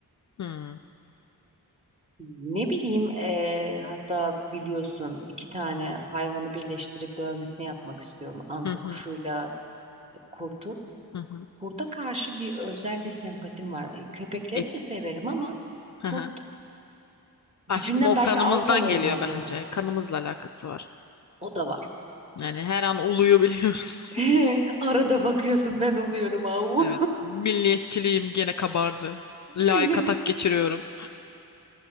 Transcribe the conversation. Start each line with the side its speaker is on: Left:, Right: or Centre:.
Left: hı
Right: Ne bileyim eee, hatta biliyorsun iki tane hayvanı birleştirip dövmesini yapmak istiyorum. Anka
Left: hı hı
Right: kuşuyla
Left: hı.
Right: kurtu.
Left: hı.
Right: Kurda karşı bir özel bir sempatim var. E, Köpekleri
Left: E,
Right: de severim ama
Left: hı
Right: kurt
Left: hı.
Right: gücünden
Left: Aşkım o
Right: belki
Left: kanımızdan
Right: alfalığından
Left: geliyor bence.
Right: doğru.
Left: Kanımızla alakası var.
Right: O da var.
Left: Yani her an uluyu biliyoruz.
Right: <laughs>
Left: <laughs>
Right: Arada bakıyorsun ben oluyorum avu.
Left: Evet. Milliyetçiliğim gene kabardı. Layık
Right: <laughs>
Left: atak geçiriyorum.